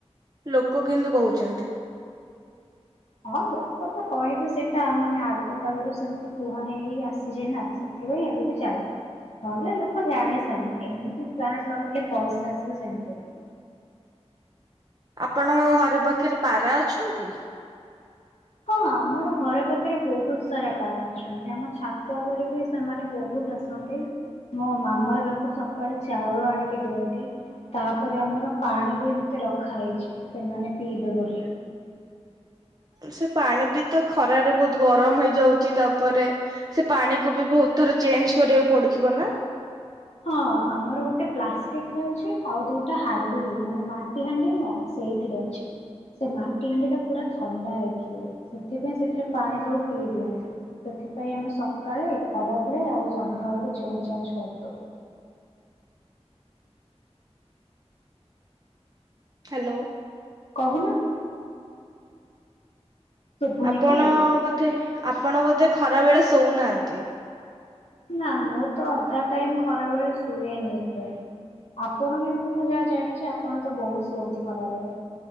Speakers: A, on the right (about 35°); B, on the left (about 70°).
A: ଲୋକ କିନ୍ତୁ କହୁଚନ୍ତି।
B: ହଁ ଲୋକ ତ କହିବେ ସେଟା ମାନେ ଆଗ କାଳରୁ ସେମିତି କୁହା ହେଇ ଆସିଛି, ନା ସେଥିପାଇଁ ଏବେ ବି ଚାଲିଚି ନହେଲେ ଲୋକ ଜାଣି ସାରିଲେଣିି ଏମିତି ପ୍ଲାଣ୍ଟସ୍ ଲଗେଇଲେ ପଇସା ଆସିବ ସେମିତି ନାହିଁ।
A: ଆପଣଙ୍କ ଘର ପାଖରେ ପାରା ଅଛନ୍ତି?
B: ହଁ ଆମର ଘର ପାଖରେ ବହୁତ ସାରା ପାରା ଅଛନ୍ତି, ଆମ ଛାତ ଉପରେ ବି ସେମାନେ ବହୁତ ଆସନ୍ତି, ମୋ ମାମା ବାଙ୍କୁ ସକାଳେ ଚାଉଳ ଆଣିକି ଦିଅନ୍ତି, ତାପରେ ଆମର ପାଣି ବି ଏମିତି ରଖା ହେଇଛି ସେମାନେ ପିଇବେ ବୋଲି।
A: ସେ ପାଣି ବି ତ ଖରାରେ ବହୁତ ଗରମ ହେଇଯାଉଚି, ତାପରେ ସେ ପାଣି କୁ ବି ବହୁତ ଥର ଚେଞ୍ଜ୍ କରିବାକୁ ପଡୁଥୁବ ନା?
B: ହଁ ଆମର ଗୋଟେ ପ୍ଲାଷ୍ଟିକ ରେ ଅଛି, ଆଉ ଦିଟା ହାଣ୍ଡି ମାନେ ମାଟି ହାଣ୍ଡି ନୁହଁ ସେଇଥିରେ ଅଛି, ସେ ମାଟି ହାଣ୍ଡି ଟା ପୁରା ଥଣ୍ଡା ହେଇକି ରୁହେ, ସେଥିପାଇଁ ସେଥିରେ ପାଣି ସବୁ ପିଇ ଦିଅନ୍ତି, ସେଥିପାଇଁ ଆମେ ସକାଳେ ଖରାବେଳେ ଆଉ ସନ୍ଧ୍ୟାବେଳକୁ ଚେଞ୍ଜ୍ ଚାଞ୍ଜ୍ କରିଦଉ।
A: ହ୍ୟାଲୋ।
B: କହୁନ। ଶୁଭୁନି
A: ଆପଣ
B: କି?
A: ବୋଧେ ଆପଣ ବୋଧେ ଖରା ବେଳେ ଶୋଉନାହାଁନ୍ତି?
B: ନା ମୁଁ ତ ଅଧା ଟାଇମ୍ ଖରା ବେଳେ ଶୁଏନି ଏତେ, ଆପଣ କିନ୍ତୁ ମୁଁ ଯାହା ଜାଣିଚି ଆପଣ ତ ବହୁତ ଶୁଅନ୍ତି ଖରାବେଳେ।